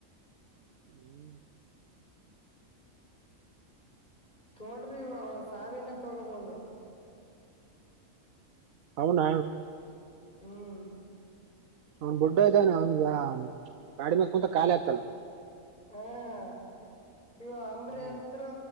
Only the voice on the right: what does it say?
ಹ್ಮ್
ಅವ್ನ
ಅವ್ನ್ ಬುಡ್ಡ ಇದ್ದಾನೆ ಅವ್ನ್ಗ ಗಾಡಿ ಮ್ಯಗ್ ಕುಂತು ಕಾಲೆ ಆಕ್ತನ.
ಹ್ಮ್